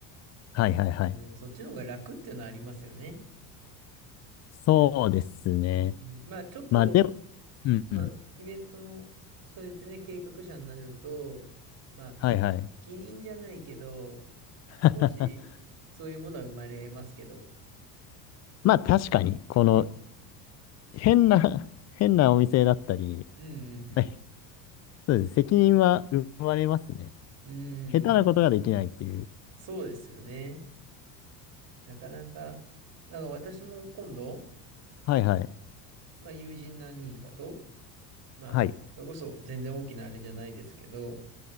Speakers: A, on the left; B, on the right.
A: はいはいはい。
B: うん、そっちの方が楽っていうのはありますよね。
A: そうですね。
B: うん、まあ、ちょっと、
A: まあでも、うんうん。
B: まあ、イベントの、そうやってね、計画者になると、まあ、
A: はいはい。
B: 責任じゃないけど、
A: <laughs>
B: 少し、そういうものは生まれますけど、
A: まあ確かに、この
B: うん
A: 変な、変なお店だったり、
B: うんうん
A: まあそうです。責任は生まれますね。
B: うん。
A: 下手なことができないっていう。
B: うん、そうですよね。なかなか、だから私も今度、
A: はいはい。
B: まあ、友人何人かと、まあ、
A: はい。
B: それこそ全然大きなあれじゃないですけど、